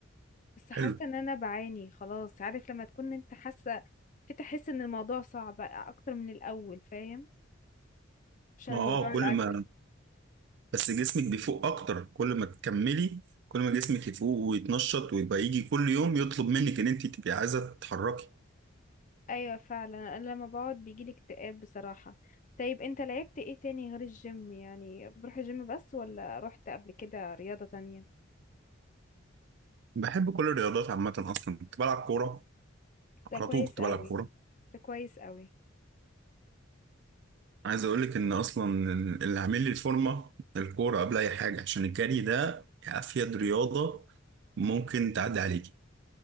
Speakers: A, on the left (about 40°); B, on the right (about 60°).
A: بس حاسه
B: حلو
A: ان انا بعاني خلاص عارف لما تكون انت حاسه تحس ان الموضوع صعب اكتر من الاول فاهم عشان
B: ما اه
A: موضوع
B: كل
A: الاكل
B: ما بس جسمك بيفوق اكتر كل ما تكملي كل ما جسمك يفوق ويتنشط ويبقى يجي كل يوم يطلب منك ان انت تبقي عايزة تتحركي
A: ايوه فعلا انا لما بقعد بيجيلي اكتئاب بصراحه طيب انت لعبت ايه تاني غير الجيم يعني بتروح الجيم بس ولا رحت قبل كده رياضه تانية
B: بحب كل الرياضات عامة أصلا كنت بلعب كورة
A: ده
B: على
A: كويس
B: طول كنت
A: قوي
B: بلعب كورة
A: ده كويس قوي
B: عايز أقول لك إن أصلا اللي عامل لي الفورمة الكورة قبل أي حاجة عشان الجري ده أفيد رياضة ممكن تعدي عليكي